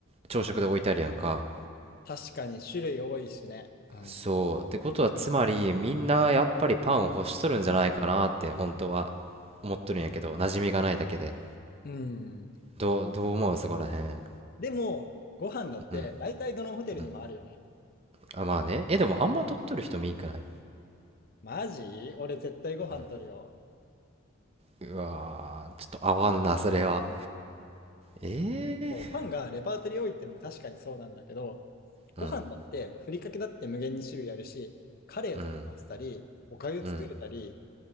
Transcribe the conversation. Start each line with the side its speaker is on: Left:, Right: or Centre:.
Right: 朝食で置いてあるやんか
Left: 確かに種類多いしね。うん。
Right: そう。ってことは、つまり、みんなやっぱりパンを欲しとるんじゃないかなって、本当は思っとるんやけど、馴染みがないだけで。
Left: うん。
Right: どう、どう思うそこらへん。
Left: でも、ご飯だって大体どのホテルにもあるよね。
Right: うん、うん。あ、まあね。え、でもあんま取っとる人見んくない、
Left: マジ俺絶対ご飯取るよ。
Right: うん、うわー、ちょっと合わんな、それは。えー、
Left: そう、パンがレパートリー多いってのも確かにそうなんだけど、ご飯だってふりかけだって無限に種類あるし、
Right: うん、
Left: カレーとか乗せたり、
Right: うん、
Left: おかゆ作れたり、
Right: うん。